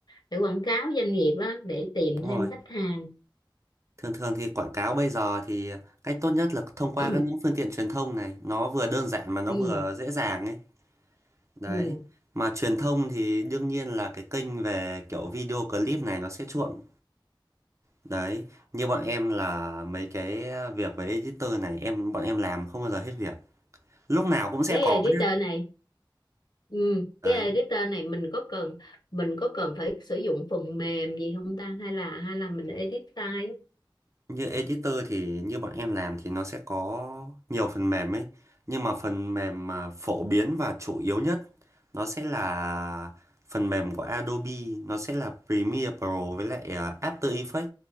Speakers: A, on the left (about 55°); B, on the right (about 35°).
A: để quảng cáo doanh nghiệp á để tìm
B: Đúng
A: thêm
B: rồi.
A: khách hàng
B: Thường thường thì quảng cáo bây giờ thì cách tốt nhất là thông qua
A: <clears throat>
B: các những phương tiện truyền thông này, nó vừa đơn giản mà nó
A: ừ,
B: vừa dễ dàng ấy. Đấy.
A: ừ.
B: Mà truyền thông thì đương nhiên là cái kênh về kiểu video clip này nó sẽ chuộng. Đấy, như bọn em là mấy cái việc về editor này em bọn em làm không bao giờ hết việc. Lúc nào cũng sẽ
A: cái
B: có
A: editor
B: nhá.
A: này ừ,
B: Đấy.
A: cái editor này mình có cần mình có cần phải sử dụng phần mềm gì không ta hay là hay là mình edit tay
B: như editor thì như bọn em làm thì nó sẽ có nhiều phần mềm ấy nhưng mà phần mềm mà phổ biến và chủ yếu nhất nó sẽ là phần mềm của Adobe nó sẽ là Premiere Pro với lại à, After Effects